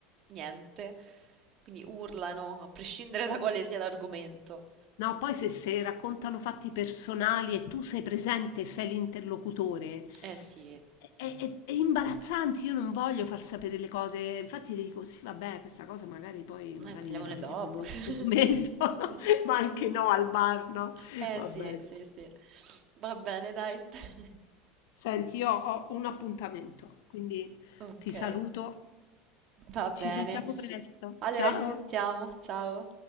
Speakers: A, on the right; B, on the left.
A: niente, quindi urlano, a prescindere da quale sia l'argomento.
B: No, poi se, se raccontano fatti personali e tu sei presente, e sei l'interlocutore,
A: Eh sì,
B: è, è- è imbarazzante, io non voglio far sapere le cose, infatti ti dico sì, vabbè, questa cosa magari poi
A: noi
B: magari
A: parliamone
B: ne parliamo
A: dopo.
B: in un
A: <laughs>
B: altro momento, <laughs> ma anche no al bar, no?
A: Eh
B: Vabbè.
A: sì, sì,
B: dai.
A: sì. Va bene, dai. <laughs>
B: Senti, io ho un appuntamento, quindi
A: Ok,
B: ti saluto,
A: va bene.
B: ci sentiamo presto.
A: Allora
B: Ciao!
A: ci sentiamo, ciao.